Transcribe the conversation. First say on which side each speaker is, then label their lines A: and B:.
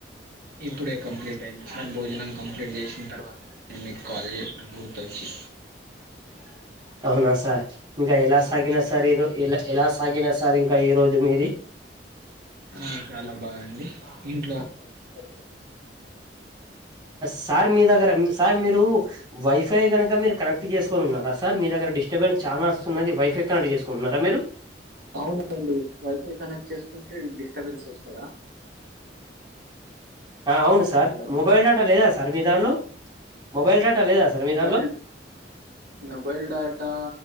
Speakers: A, on the right; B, on the right.
A: ఇప్పుడే కంప్లీట్ అయింది సార్ భోజనం కంప్లీట్ చేసిన తర్వాత నేను మీకు కాల్ చేసిన గుర్తొచ్చి అ <inaudible>
B: అవునా సార్ ఇంకా ఎలా సాగిన సార్ ఇ ఎలా ఎలా సాగినది సార్ ఇంకా ఈ రోజు మీది
A: ఆ చాలా బాగుండి ఇంట్లో అంతా కుసలమేనా
B: సార్ మీ దగ్గర సార్ మీరు వైఫై గనుక మీరు కనెక్ట్ చేసుకొని ఉన్నారా సార్ మీ దగ్గర డిస్టర్బెన్స్ చాలా వస్తున్నది వైఫై కనెక్ట్ చేసుకున్నారా మీరు
A: అవునండి వైఫై కనెక్ట్ చేసుకుంటే డిస్టబెన్స్ వస్తదా
B: అవును సార్
A: హలో
B: మొబైల్ డేటా లేదా సార్ మీ దానిలో మొబైల్ డేటా లేదా సార్
A: మొబైల్
B: మీ దానిలో
A: మొబైల్ డాటా